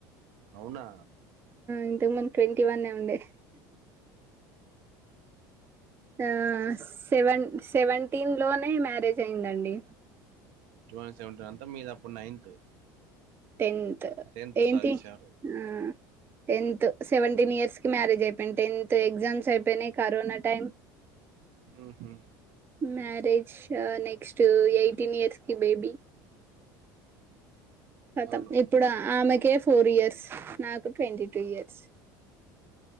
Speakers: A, on the right; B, on the right.
A: అవునా
B: ఇంతకు ముందు ట్వంటీ వనే ఉండే ఆ సెవెన్ సెవెంటీన్ లోనే మ్యారేజ్ అయిందండి
A: టువ సెవెంటీన్ అంత మీది అప్పుడు నైన్త్
B: టెన్త్
A: టెన్త్
B: ఏంటి
A: సారీ సారీ
B: ఆ టెన్త్ సెవెంటిన్ ఇయర్స్ కి మ్యారేజ్ అయిపోయింది టెన్త్ ఎగ్జామ్స్ అ పేనే కరోనా టైం
A: ఉహు
B: మ్యారేజ్ ష నెక్ట్సు ఎయిటీన్ ఇయర్స్ కి బేబీ కతం
A: అవును
B: ఇప్పుడు ఆమెకే ఫోర్ ఇయర్స్ నాకు ట్వంటీ టూ ఇయర్స్